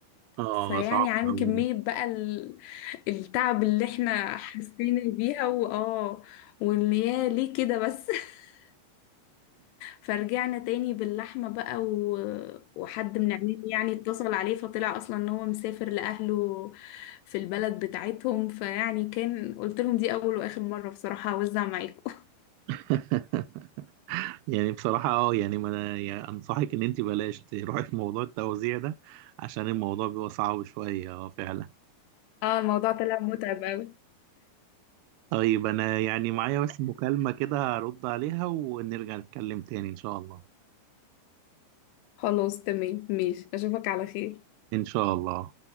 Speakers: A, on the right; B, on the left.
A: اه
B: فيعني
A: صعب
B: عن
A: قوي
B: كمية
A: ده
B: بقى ال- التعب اللي احنا حسينا بيها وآه واللي يا ليه كده بس <laughs> فرجعنا تاني باللحمة بقى و... وحد من عمامي يعني اتصل عليه فطلع أصلا إن هو مسافر لأهله في البلد بتاعتهم فيعني كان قلت لهم دي أول وآخر مرة بصراحة هوزع معاكم
A: <laughs> يعني بصراحة اه يعني ما انا يعني انصحك ان انت بلاش تروحي في موضوع التوزيع ده عشان الموضوع بيبقى صعب شوية اه فعلا
B: <laughs> اه الموضوع طلع متعب أوي
A: طيب أنا يعني معايا بس مكالمة كده هرد عليها ونرجع نتكلم تاني إن شاء الله
B: خلاص تمام ماشي أشوفك على خير
A: إن شاء الله